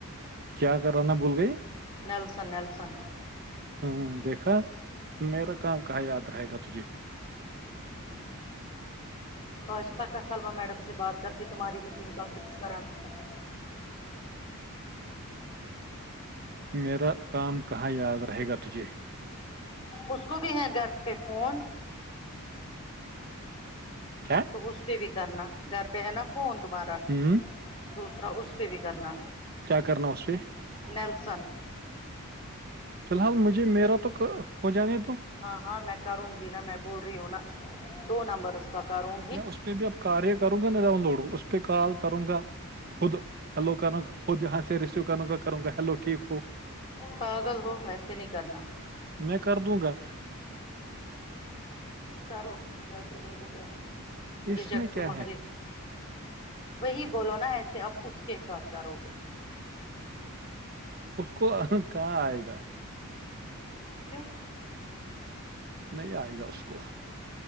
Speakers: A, on the right (about 45°); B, on the left (about 25°).
A: کیا کرانا بھول گئی
B: نیلسن نیلسن
A: ہوں دیکھا میرا کام کہاں یاد رہے گا تجھے
B: آج پکا سلمی میڈم سے بات کر کے تمہاری میٹنگ کا فکس کراتی ہوں
A: میرا کام کہاں یاد رہے گا تجھے
B: اس کو بھی ہے گھر پہ فون
A: کیا
B: تو اس پہ بھی کرنا گھر پہ ہے نا فون تمہارا
A: ہ
B: دوسرا اس پہ بھی کرنا
A: کیا کرنا اسے
B: نیلسن
A: فی الحال مجھے میرا تو ک ہو جانے دو
B: ہاں ہاں میں کروں گی نا میں بول رہی ہوں نا دو نمبرس پکاروں
A: میں اس پہ بھی اب کاریہ کروں گا نہ ڈاؤن لوڈ اس پہ کال کروں گا خود ہیلو کرو خود یہاں سے ریسیو کروں گا کروں گا ہیلو ٹھیک ہو
B: پاگل ہو ویسے نہیں کرنا
A: میں کر دوں گا
B: کرو جا کے مجھے کیا ہے
A: اس
B: ریجیکٹ
A: میں کیا
B: تمہارے
A: ہے
B: وہی بولو نا ایسے اب اس کے ساتھ کرو گے
A: اس کو اہن کہاں آئے گا
B: کیوں
A: نہیں آئے گا اس کو